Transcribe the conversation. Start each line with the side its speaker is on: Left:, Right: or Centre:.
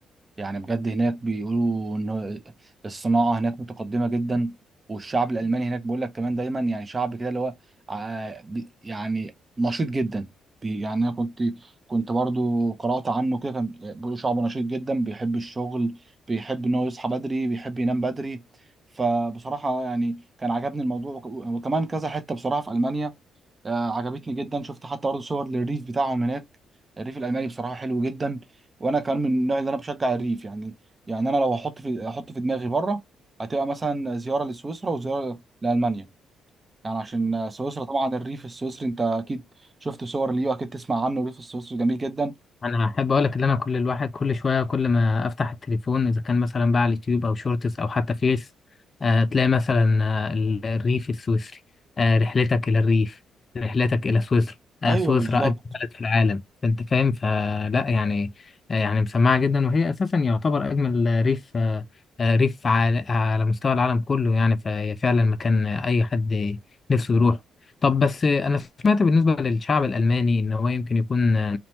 Right: يعني بجد هناك بيقولوا ان الصناعه هناك متقدمه جدا والشعب الالماني هناك بيقول لك كمان دايما يعني شعب كده اللي هو ع- بي- يعني نشيط جدا بي- يعني انا كنت كنت برضو قرات عنه كده كان بيقولوا شعب نشيط جدا بيحب الشغل بيحب ان هو يصحى بدري بيحب ينام بدري فبصراحه يعني كان عجبني الموضوع وك- وكمان كذا حته بصراحه في المانيا آه، عجبتني جدا شفت حتى برضه صور للريف بتاعهم هناك الريف الالماني بصراحه حلو جدا وانا كمان من النوع اللي انا بشجع الريف يعني يعني انا لو احط في احط في دماغي بره هتبقى مثلا زياره لسويسرا وزياره لالمانيا يعني عشان آه، سويسرا طبعا الريف السويسري انت اكيد شفت صور ليه واكيد تسمع عنه الريف السويسري جميل جدا
Left: انا احب اقول لك ان انا كل الواحد كل شويه كل ما افتح التليفون اذا كان مثلا بقى على اليوتيوب او شورتس او حتى فيس آه تلاقي مثلا آه ال- الريف السويسري آه رحلتك الى الريف رحلتك الى سويسرا آه
Right: ايوه
Left: سويسرا
Right: بالظبط
Left: اجمل بلد في العالم فانت فاهم فلا يعني آه يعني مسمعه جدا وهي اساسا يعتبر اجمل ريف آه آه، ريف على, على مستوى العالم كله يعني فهي فعلا مكان اي حد نفسه يروح طب بس آه، انا سمعت بالنسبه للشعب الالماني ان هو يمكن يكون